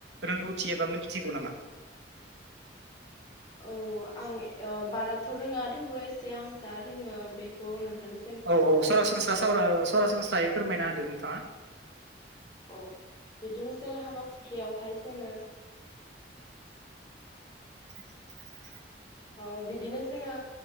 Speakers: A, on the right (about 75°); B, on the left (about 25°).
A: रोंगौथि एबा मिथिगौ नामा
B: औ आं बाराथ' रोङा थेवबो एसे आं जा रोङो बेखौ नोंथांनि
A: औ औ सरासनस्रा सरासनस्रायै फोरमायना होदो नोंथाङा
B: औ बिदिनो जोङो हाबा खुथिलियावहाय जोङो
A: <inaudible>
B: अ बिदिनो जोङो